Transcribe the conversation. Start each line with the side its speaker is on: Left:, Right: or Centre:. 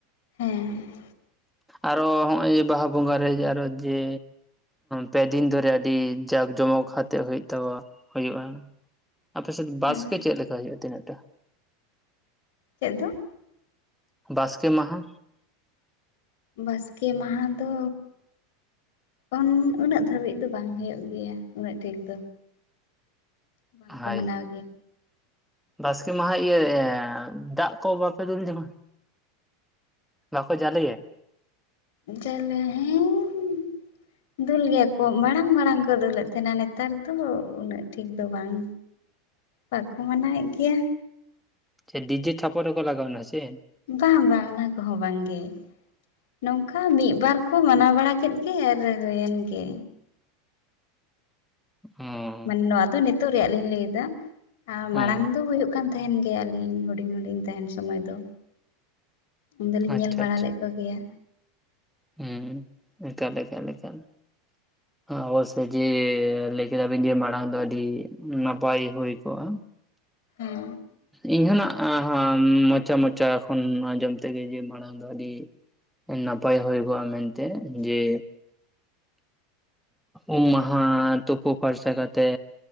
Left: ᱦᱩᱸ᱾
Centre: ᱟᱨᱚ ᱦᱚᱸᱜ-ᱚᱭ ᱵᱟᱦᱟ ᱵᱚᱸᱜᱟᱮ ᱟᱨᱚ ᱡᱮ᱾ ᱯᱮᱫᱤᱱ ᱫᱷᱚᱨᱮ ᱟᱹᱰᱤ ᱡᱟᱸᱠ ᱡᱚᱢᱚᱠ ᱠᱟᱛᱜ ᱦᱩᱭᱩᱜ ᱛᱟᱵ, ᱦᱩᱭᱩᱜ-ᱟ᱾ ᱟᱯᱮ ᱥᱮᱫ ᱵᱟᱥᱠᱮ
Left: ᱦᱮᱸ
Centre: ᱪᱮᱫ ᱞᱮᱠᱟ ᱦᱩᱭᱩᱜ-ᱟ ᱛᱤᱱᱟᱹᱜ ᱴᱟ?
Left: ᱪᱮᱫ ᱫᱚ?
Centre: ᱵᱟᱥᱠᱮ ᱢᱟᱦᱟ᱾
Left: ᱵᱟᱥᱠᱮ ᱢᱟᱦᱟ ᱫᱚ ᱚᱱ ᱩᱱᱟᱹᱜ ᱫᱷᱟᱹᱵᱤᱡ ᱫᱚ ᱵᱟᱝ ᱦᱩᱭᱩᱜ ᱜᱮᱭᱟ ᱩᱱᱟᱹᱜ ᱴᱷᱤᱠ ᱫᱚ᱾ ᱵᱟᱝᱠᱚ
Centre: ᱦᱳᱭ
Left: ᱢᱟᱱᱟᱣ ᱜᱮᱭᱟ᱾
Centre: ᱵᱟᱥᱠᱮ ᱢᱟᱦᱟ ᱤᱭᱟᱹ ᱫᱟᱜ ᱠᱚ ᱵᱟᱯᱮ ᱫᱩᱞ ᱡᱚᱝᱟ? ᱵᱟᱠᱚ ᱡᱟᱞᱮᱭᱟ?
Left: <unintelligible>
Centre: <inaudible>
Left: ᱫᱩᱞ ᱜᱮᱭᱟ ᱠᱚ ᱢᱟᱲᱟᱝ, ᱢᱟᱲᱟᱝ ᱠᱚ ᱫᱩᱞᱮᱫ ᱛᱟᱦᱮᱱᱟ ᱱᱮᱛᱟᱨ ᱫᱚ ᱩᱱᱟᱹᱜ ᱴᱷᱤᱠ ᱫᱚ ᱵᱟᱝ᱾ ᱵᱟᱠᱚ ᱢᱟᱱᱟᱣᱮᱫ ᱜᱮᱭᱟ᱾
Centre: ᱪᱮᱫ ᱰᱤᱡᱮᱨ ᱪᱷᱟᱯ ᱨᱮ ᱠᱚ ᱞᱟᱜᱟᱣᱱᱟ ᱥᱮ?
Left: ᱵᱟᱝ ᱵᱟᱝ ᱚᱱᱟ ᱠᱚᱦᱚᱸ ᱵᱟᱝ ᱜᱮ᱾ ᱱᱚᱝᱠᱟ ᱢᱤᱫᱵᱟᱨ ᱠᱚ ᱢᱟᱱᱟᱣ ᱵᱟᱲᱟ ᱠᱮᱫ ᱜᱮ ᱟᱨ ᱦᱩᱭᱮᱱ ᱜᱮ᱾
Centre: ᱦᱚᱸ
Left: ᱢᱟᱱᱮ ᱱᱚᱣᱟ ᱫᱚ ᱱᱤᱛᱚᱜ ᱨᱮᱭᱟᱜ ᱞᱤᱧ ᱞᱟᱹᱭ ᱫᱟ
Centre: ᱦᱚᱸ
Left: ᱢᱟᱲᱟᱝ ᱫᱚ ᱦᱳᱭᱳᱜ ᱠᱟᱱ- ᱛᱟᱦᱮᱱ ᱜᱮᱭᱟ ᱞᱤᱧ ᱦᱩᱰᱤᱧ, ᱦᱩᱰᱤᱧ ᱛᱟᱦᱮᱱ ᱥᱚᱢᱚᱭ ᱫᱚ ᱩᱱ ᱫᱚ ᱞᱤᱧ
Centre: ᱟᱪᱪᱷᱟ
Left: ᱧᱮᱞ ᱵᱟᱲᱟ
Centre: ᱟᱪᱪᱷᱟ
Left: ᱞᱮᱫ ᱠᱚ ᱜᱮᱭᱟ᱾
Centre: ᱦᱩᱸ ᱮᱠᱟᱞ, ᱮᱠᱟᱞ, ᱮᱠᱟᱞ᱾ ᱚᱵᱚᱥᱳᱭ ᱡᱮ ᱞᱟᱹᱭ ᱠᱮᱫᱟ ᱵᱤᱱ ᱡᱮ ᱢᱟᱲᱟᱝ ᱫᱚ ᱟᱹᱰᱤ ᱱᱟᱯᱟᱭ ᱦᱩᱭ ᱠᱚᱜᱼᱟ᱾
Left: ᱦᱮᱸ
Centre: ᱤᱧ ᱦᱚᱸ ᱱᱟᱜ ᱢᱚᱪᱟ, ᱢᱚᱪᱟ ᱠᱷᱚᱱ ᱟᱸᱡᱚᱢ ᱛᱮᱜᱮ ᱡᱮ ᱢᱟᱲᱟᱝ ᱟᱹᱰᱤ ᱱᱟᱯᱟᱭ ᱦᱳᱭ ᱵᱟᱲᱟ ᱢᱮᱱᱛᱮ ᱡᱮ ᱩᱢ ᱢᱟᱦᱟ ᱛᱩᱯᱩ ᱯᱷᱟᱨᱥᱟ ᱠᱟᱛᱮ